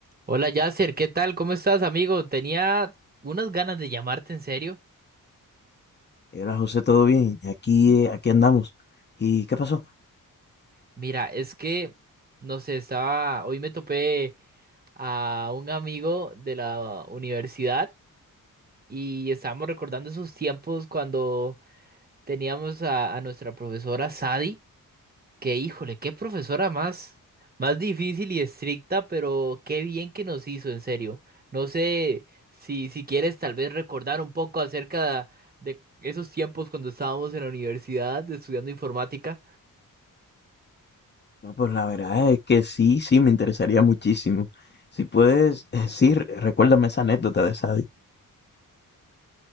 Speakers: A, on the right; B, on the left.
A: Hola Yasser, ¿qué tal? ¿Cómo estás, amigo? Tenía unas ganas de llamarte en serio.
B: Eh, Hola José, ¿todo bien? Aquí, eh, aquí andamos. ¿Y qué pasó?
A: Mira, es que, no sé, estaba, hoy me topé a un amigo de la universidad y estábamos recordando esos tiempos cuando teníamos a, a nuestra profesora Sadi. Que híjole, qué profesora más, más difícil y estricta, pero qué bien que nos hizo, en serio. No sé si, si quieres tal vez recordar un poco acerca de esos tiempos cuando estábamos en la universidad estudiando informática.
B: No, pues la verdad es que sí, sí, me interesaría muchísimo. Si puedes decir, recuérdame esa anécdota de Sadie.